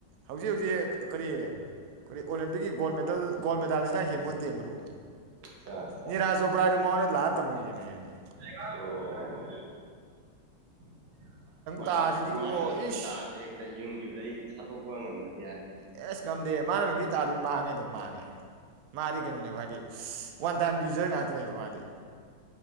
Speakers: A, on the right (about 70°); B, on the right (about 90°).
A: ꯍꯧꯖꯤꯛ ꯍꯧꯖꯤꯛ ꯀꯔꯤ ꯑꯩꯈ ꯑꯣꯂꯦꯝꯄꯤꯛꯀꯤ ꯒꯣꯜ ꯃꯦꯗꯥꯜ ꯑꯁꯤ ꯍꯦꯟꯄꯣꯟꯇꯦ ꯃꯔꯨꯞ
B: ꯑꯠꯆꯥ ꯑꯠꯆꯥ
A: ꯅꯤꯔꯥꯥꯁ ꯆꯣꯕ꯭ꯔꯥ ꯑꯗꯨ ꯃꯥꯉꯟꯗꯥ ꯂꯥꯛ ꯇꯃꯃꯦ ꯌꯥꯅꯤ
B: ꯑꯣ <inaudible> ꯃꯥꯅ
A: ꯇꯥꯁꯤꯗꯤꯕꯣ
B: ꯃꯥꯅ ꯂꯪꯕ
A: ꯏꯁ
B: ꯇꯥꯖꯦ ꯍꯦꯛꯇ ꯌꯨꯝꯈꯤꯕꯗ ꯁꯠꯇꯛꯄꯥ ꯉꯝꯅꯥꯗ
A: ꯑꯦꯁ ꯉꯝꯗꯦ ꯃꯥꯅ ꯂꯪꯒꯤ ꯇꯥꯗꯨꯗꯤ ꯃꯥꯡꯉꯦ ꯑꯗꯨꯝ ꯃꯥꯡꯉꯦ ꯃꯥꯗꯤ ꯀꯩꯅꯣꯅꯦꯕ ꯍꯥꯏꯗꯤ ꯋꯥꯟ ꯇꯥꯏꯝ ꯌꯨꯖꯔ ꯉꯥꯛꯇꯅꯦꯕ ꯃꯥꯗꯤ